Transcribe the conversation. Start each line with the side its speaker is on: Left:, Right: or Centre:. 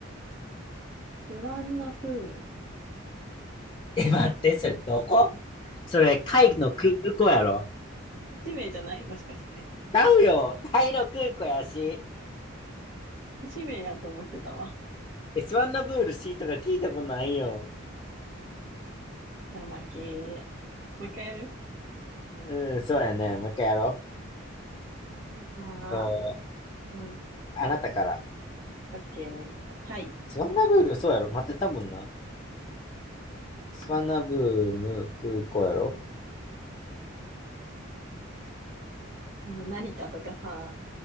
Right: スワンナプーム。
Left: え、待って、それどこそれ、タイの空港やろ。
Right: はい。都名じゃないもしかして。
Left: ちゃうよ。タイの空港やし。
Right: 都名やと思ってたわ。
Left: エスワンのブールシーか聞いたことないよ。
Right: じゃあ、負け。もう一回やる
Left: うん、そうやね。もう一回やろ
Right: じゃあ、
Left: う。と
Right: うん。
Left: あなたから。
Right: オッケー。じゃあ、タイ。
Left: スワンナブール、そうやろ。待ってたもんな。スワンナブーム空港やろ。
Right: この成田とかさ、